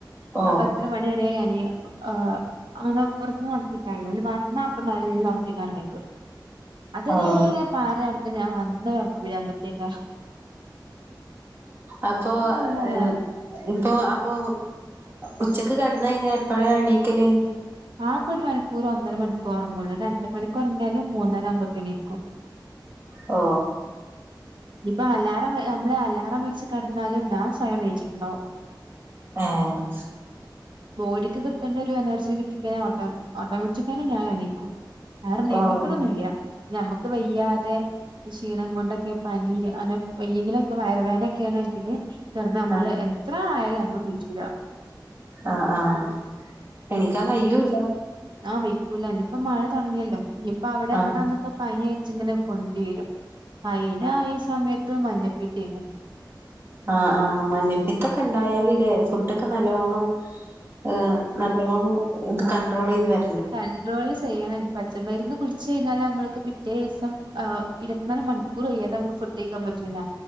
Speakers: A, on the right (about 30°); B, on the right (about 75°).
A: ഓഹ്
B: അപ്പൊ അത്ര മണി വരേ ഞാന് ആ അങ്ങനെ പുറത്തുന്ന് ഉറക്കിക്കാറില്ല ഓല് വന്നാ പ്പൊ നല്ല ഉറക്കെയ്ക്കാരം മേക്കു അത് വരെങ്ങനെ
A: ആഹ്
B: പാറി നടക്കും ഞാൻ വന്ന ഉറക്കഭ്രാന്തത്തിആയ്ക്കാ
A: അപ്പൊ
B: അള്ളാ
A: ഏ പ്പൊ അപ്പൊ ഉച്ചക്ക് കെടന്ന് കഴിഞ്ഞാ എപ്പഴാ എണീക്കല്?
B: ആക്കെ ഒരു മണിക്കൂറ് ഒന്നര മണിക്കൂറ് ഉറങ്ങുള്ളൂ രണ്ട്‌ മണിക്ക് ഒറങ്ങിയാലും മൂന്നര ആവുമ്പക്ക് എണീക്കും
A: ഓ
B: ഇപ്പ അലാറം വേ നമ്മള് അലാറം വെച്ച് കടന്നാലും ഞാൻ സ്വയം നീച്ചിട്ടുണ്ടാവും
A: ആഹ്
B: ബോഡിക്ക് കിട്ടേണ്ട ഒരു എനർജി കിട്ടിക്കഴിഞ്ഞ ഓട്ടോ ഓട്ടോമറ്റിക്കെന്നെ ഞാൻ എണീക്കും ആരും നീപ്പിക്കലൊന്നുല്ല
A: ഓഹ്
B: നമ്മക്ക് വെയ്യാതെ ഈ ക്ഷീണം കൊണ്ടൊക്കെ പനി അങ്ങനെ വയ്യങ്കിലൊക്കെ വയർവേദന ഒക്കെ ആണെങ്കിൽ കെടന്ന നമ്മള്
A: ആഹ്
B: എത്ര ആ നമ്മൾ നീച്ചൂല
A: ആഹ് ആഹ് എണീക്കാൻ കയ്യൂല്ല
B: ആ വയ്ക്കൂലന് ഇപ്പൊ മഴ തുടങ്ങിയല്ലോ നിപ്പ അവിടെ
A: ആഹ്
B: എവിടെന്നൊക്കെ പനി ആയിട്ട് ങ്ങനെ പൊന്തി വരും പൈ ഞാ ഈ സമയ ത്ത് മഞ്ഞപിത്തെയ്ന്നു
A: ആഹ് ആഹ് മഞ്ഞപ്പിത്തൊക്കെ ഇണ്ടായാലില്ലേ ഫുഡൊക്കെ നല്ലോണം ഏഹ് നല്ലോണം ഇത് കണ്ടട്രോൾ ചെയ്ത് വെ
B: കണ്ട്രോള് ചെയ്യണം ഇനി പ ച്ച മരുന്ന് കുടിച്ച് കഴിഞ്ഞാല് നമ്മൾക്ക് പിറ്റേ ദിവസം ആഹ് ഇരുപത്തിനാല് മണിക്കൂർകഴിയാതെ നമുക്ക് ഫുഡ് കഴിക്കാൻ പറ്റൂല്ല.